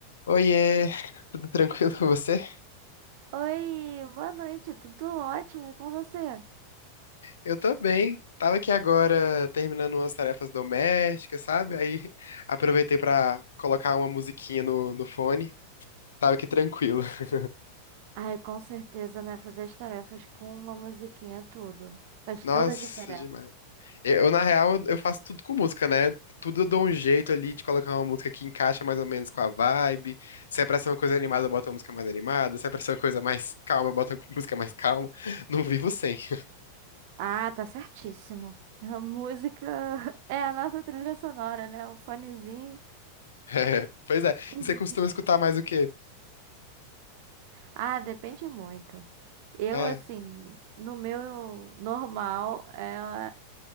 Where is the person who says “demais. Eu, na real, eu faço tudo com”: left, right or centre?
Left